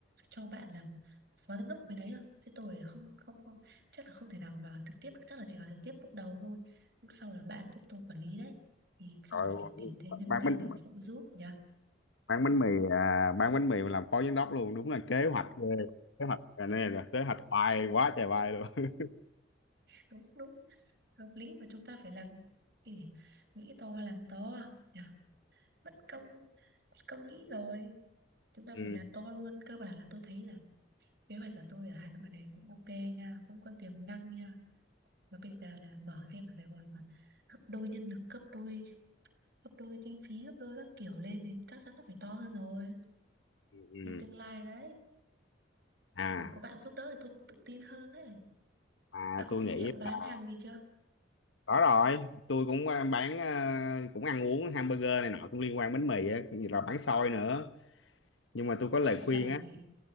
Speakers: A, on the right (about 55°); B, on the left (about 85°).
A: cho bạn làm phó giám đốc bên đấy rồi. Thế tôi không không không chắc là không thể nào mà vào trực tiếp được. Chắc là chỉ vào trực tiếp lúc đầu thôi. Lúc sau là bạn giúp tôi quản lý đấy. Thì chắc
B: rồi
A: là phải tìm thêm nhân
B: bạn
A: viên
B: mình
A: để phụ giúp nhỉ.
B: bán bánh mì à, bán bánh mì mà làm phó giám đốc luôn đúng là kế hoạch ghê. kế hoạch à, này là kế hoạch bay quá trời bay luôn
A: Đúng đúng hợp lý mà chúng ta phải làm cái gì? Nghĩ to làm to nhỉ. Mất công mất công nghĩ rồi.
B: <laughs>
A: Chúng ta phải
B: ừ,
A: làm to luôn. Cơ bản là tôi thấy là Kế hoạch của tôi ở Hà Nội này cũng ok nha, cũng có tiềm năng nha. Mà bây giờ là mở thêm ở Sài Gòn mà gấp đôi nhân lực, gấp đôi, gấp đôi kinh phí, gấp đôi các kiểu lên thì chắc chắn nó phải to hơn rồi.
B: ừ. ừ.
A: Thì tương lai đấy,
B: à
A: kiểu có bạn giúp đỡ thì tôi cũng tự tin hơn đấy.
B: à
A: Bạn có
B: tôi
A: kinh
B: nghĩ
A: nghiệm bán
B: là-
A: hàng gì chưa?
B: có rồi tôi cũng à, bán à, cũng ăn uống hamburger này nọ cũng liên quan bánh mì á cũng như là bán xôi nữa nhưng mà tôi có lời
A: Thế thì sợ
B: khuyên á
A: gì?